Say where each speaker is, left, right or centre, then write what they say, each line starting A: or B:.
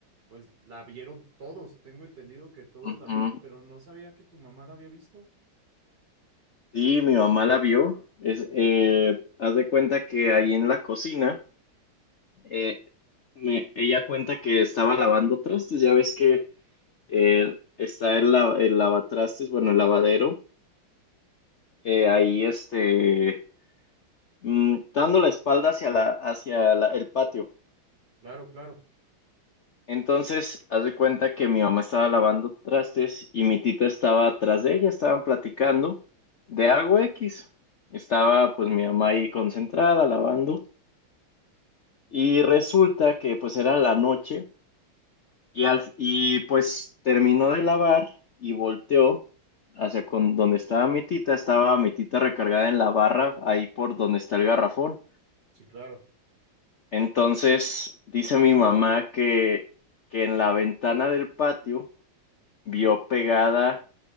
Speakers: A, on the right (about 55°); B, on the left (about 85°).
A: pues la vieron todos. Tengo entendido que todos
B: ujú.
A: la vieron, pero no sabía que tu mamá la había visto.
B: Sí, mi mamá la vio. Es, eh, haz de cuenta que ahí en la cocina. eh, me- ella cuenta que estaba lavando trastes, ya ves que eh, está el, la- el lavatrastes, bueno, el lavadero, eh, ahí este, mm, dando la espalda hacia, la, hacia la- el patio.
A: Claro, claro,
B: Entonces, haz de cuenta que mi mamá estaba lavando trastes y mi tita estaba atrás de ella, estaban platicando de algo X. Estaba pues mi mamá ahí concentrada lavando y resulta que pues era la noche. Y, al- y pues terminó de lavar y volteó hacia con donde estaba mi tita. Estaba mi tita recargada en la barra, ahí por donde está el garrafón.
A: sí, claro.
B: Entonces dice mi mamá que, que en la ventana del patio vio pegada